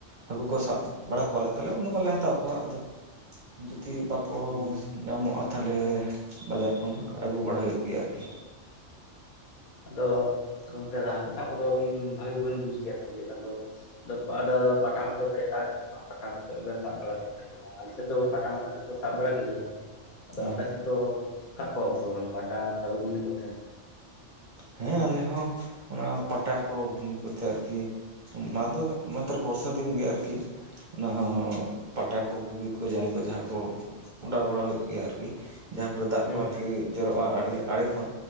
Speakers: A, on the right; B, on the left.
A: ᱦᱟᱹᱠᱳ ᱠᱚ ᱥᱟᱵ
B: ᱦᱩᱸ
A: ᱵᱟᱲᱟ ᱠᱚᱣᱟᱞᱮ ᱛᱟᱦᱚᱞᱮ ᱩᱱᱫᱚ ᱵᱟᱞᱮ ᱦᱟᱛᱟᱣ ᱠᱚᱣᱟ ᱟᱫᱚ ᱡᱩᱫᱤ ᱵᱟᱠᱚ
B: ᱦᱩᱸ
A: ᱧᱟᱢᱚᱜ-ᱟ ᱛᱟᱦᱚᱞᱮ ᱵᱟᱡᱟᱨ ᱠᱷᱚᱱ ᱚᱱᱠᱟ ᱟᱹᱜᱩ ᱵᱟᱲᱟ ᱦᱩᱭᱩᱜ ᱜᱮᱭᱟ ᱟᱨᱠᱤ
B: ᱟᱫᱚ ᱜᱚᱝᱠᱮ ᱦᱟᱹᱠᱳ ᱥᱟᱵᱽ ᱠᱚᱫᱚᱵᱤᱱ ᱵᱷᱟᱜᱤ ᱜᱮᱵᱮᱱ ᱵᱩᱡᱽ ᱜᱮᱭᱟ ᱥᱮᱪᱮᱫ ᱟᱫᱚ ᱟᱫᱚ ᱟᱫᱚ ᱟᱫᱚ ᱯᱟᱴᱟ ᱠᱚᱫᱚ ᱯᱮ ᱚᱰᱟᱣ ᱜᱮᱭᱟ ᱥᱮᱵᱟᱝ ᱯᱟᱴᱟ ᱠᱚᱛᱮᱫ ᱵᱮᱱ ᱥᱟᱵ ᱵᱟᱲᱟ ᱠᱚᱜᱮᱭᱟ ᱟᱞᱮ ᱥᱮᱫ ᱫᱚ ᱯᱟᱴᱟ ᱢᱟᱴᱟ ᱛᱮᱫ ᱠᱚ ᱥᱟᱵ ᱵᱟᱲᱟ ᱠᱚᱜᱮᱭᱟ ᱟᱫᱚ
A: ᱦᱮᱸ
B: ᱟᱯᱮ ᱥᱮᱫ ᱫᱚ ᱠᱟᱜ ᱠᱚᱣᱟᱠᱚ ᱥᱮᱵᱟᱝ ᱵᱟᱴᱟ ᱛᱟᱯᱚᱨᱮ ᱜᱷᱩᱱᱤ ᱠᱚᱛᱮ
A: ᱦᱮᱸ ᱟᱞᱮ ᱦᱚᱸ ᱚᱱᱟ ᱯᱟᱴᱟ ᱠᱚ ᱜᱷᱩᱱᱤ ᱠᱚᱛᱮ ᱟᱨᱠᱤ ᱚᱱᱟ ᱫᱚ ᱢᱟᱛᱨᱚ ᱵᱚᱨᱥᱟ ᱫᱤᱱ ᱜᱮ ᱟᱨᱠᱤ ᱚᱱᱟ ᱯᱟᱴᱟ ᱠᱚ ᱜᱷᱩᱜᱤ ᱠᱚ ᱡᱟᱞ ᱠᱚ ᱡᱟᱦᱟᱸ ᱠᱚ ᱚᱰᱟᱣ ᱵᱟᱲᱟ ᱦᱩᱭᱩᱜ ᱜᱮᱭᱟ ᱟᱨᱠᱤ ᱡᱟᱦᱟᱸ ᱠᱚᱨᱮ ᱫᱟᱜ
B: ᱦᱩᱸ
A: ᱠᱚ ᱟᱨᱠᱤ ᱡᱚᱨᱚᱜᱼᱟ ᱟᱲᱤ ᱟᱲᱮ ᱠᱷᱚᱱ